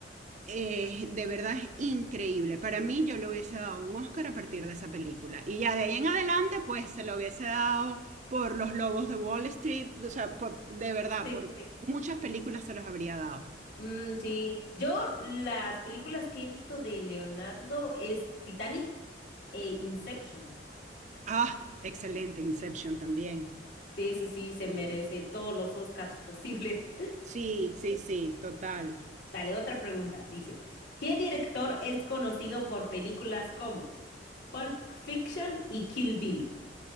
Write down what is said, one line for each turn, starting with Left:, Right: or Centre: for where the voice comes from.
Right: eh, de verdad es increíble. Para mí yo le hubiese dado un Oscar a partir de esa película. Y ya de ahí en adelante, pues se lo hubiese dado por Los Lobos de Wall Street. O sea, por, de verdad,
Left: Sí,
Right: por
Left: sí.
Right: muchas películas se los habría dado.
Left: Mm, sí, yo las películas que he visto de Leonardo es Titanic e Inception.
Right: Ah, excelente, Inception también.
Left: Ese sí se merece todos los Oscars posibles.
Right: Sí, sí, sí,
Left: <laughs>
Right: total.
Left: Va, Dale, otra pregunta. Dice, ¿qué director es conocido por películas como Pulp Fiction y Kill Bill?